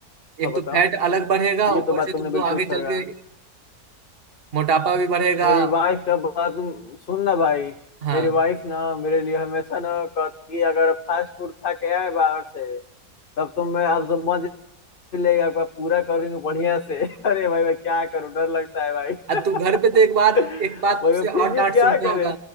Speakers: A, on the right; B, on the left.
A: एक
B: हाँ बताओ
A: तो फैट अलग बढ़ेगा
B: ये
A: ऊपर
B: तो बात
A: से
B: तुमने
A: तुमको
B: बिल्कुल
A: आगे
B: सही
A: चल
B: कहा
A: के मोटापा भी बढ़ेगा
B: मेरी वाइफ का बात सुनना भाई
A: हाँ
B: मेरी वाइफ ना मेरे लिए हमेशा ना कहती है अगर फास्ट फूड खा के आए बाहर से तब तो मैं आपसे लेगा आपका पूरा करूंगी बढ़िया से <laughs> अरे भाई मैं क्या करूं डर लगता है भाई
A: अब
B: <laughs>
A: तू घर पे तो एक बार एक बात
B: मगर
A: से और
B: फिर भी
A: डांट
B: क्या
A: सुनता
B: करे
A: होगा